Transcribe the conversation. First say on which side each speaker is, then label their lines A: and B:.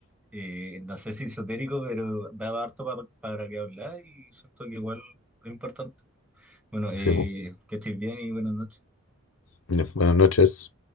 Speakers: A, in the centre; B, on the left.
A: Eh, no sé si esotérico, pero daba harto pa- para que hablar y siento que igual es importante. Bueno, eh,
B: Sí,
A: que estés bien y buenas noches.
B: pues. Buenas noches.